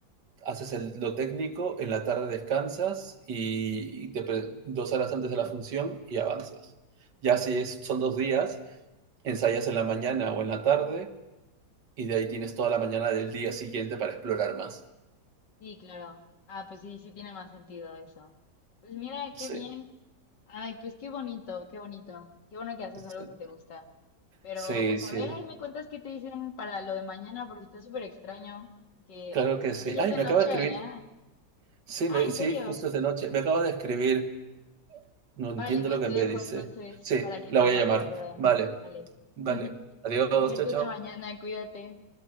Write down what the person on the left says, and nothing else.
Sí, claro. Ah, pues sí, sí tiene más sentido eso. Pues mira,
qué bien. Ay, pues qué bonito, qué bonito. Qué bueno que haces
algo que te gusta. Pero
pues
a ver, ahí me cuentas qué te dicen para lo de mañana, porque está súper extraño que
aparte
ya
es de
noche
allá.
Ah,
¿en
serio?
Vale, pues
te dejo
entonces
para que
te
pongas
de acuerdo.
Dale. <laughs>
Diviértete
mañana, cuídate.